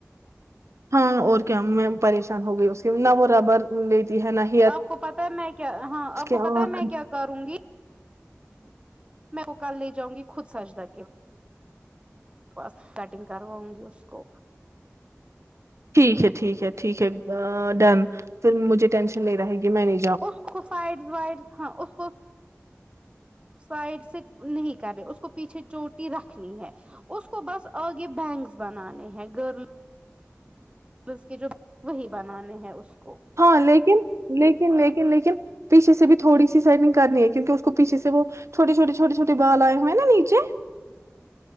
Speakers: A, on the right (about 70°); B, on the right (about 20°).
A: ہاں اور کیا میں پریشان ہو گئی اس کی نہ وہ ربر لیتی ہے نہ ہی
B: آپ کو پتہ ہے میں کیا ہاں آپ کو
A: آنکھ
B: پتہ ہے میں کیا کروں گی میں وہ کل لے جاؤ گی خود ساجدہ کے پاس کٹنگ کرواؤں گی اس کو
A: ٹھیک ہے ٹھیک ہے ٹھیک ہے اں ڈن پھر مجھے ٹینشن نہیں رہے گی میں نے
B: اس کو سائڈ وائڈ ہاں اس کو سائڈ سے نہیں کر رہے اس کو پیچھے چوٹی رکھنی ہے اس کو بس آگے بینکس بنانے ہیں گرل بس کے جو وہی بنانے ہیں اس کو
A: ہاں لیکن لیکن لیکن لیکن پیچے سے بھی تھوڑی سی سائٹنگ کرنی ہے کیونہ اس کو پیچھے سے وہ چھوٹے چھوٹ چھوٹے چھوٹے بال آئے ہوئے ہیں نا نیچے